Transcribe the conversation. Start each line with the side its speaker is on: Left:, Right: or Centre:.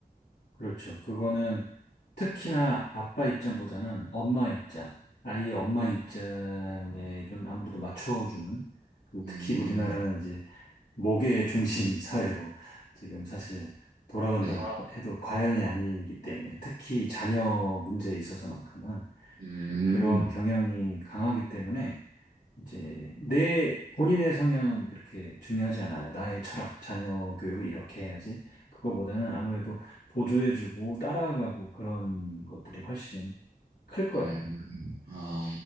Left: 그렇죠. 그거는 특히나 아빠 입장보다는 엄마 입장, 아이의 엄마 입장에 좀 아무래도 맞춰주는, 그리고
Right: 음,
Left: 특히 우리나라는 이제 목의 중심 <laughs> 사회로 지금 사실 돌아간다고
Right: 네.
Left: 해도 과연이 아니기 때문에 특히 자녀 문제에 있어서만큼은
Right: 음,
Left: 그런 경향이 강하기 때문에 이제 내 본인의 성향은 그렇게 중요하지 않아요. 나의 철학, 자녀 교육을 이렇게 해야지. 그거보다는 아무래도 보조해주고 따라가고 그런 것들이 훨씬 클 거예요.
Right: 음, 아,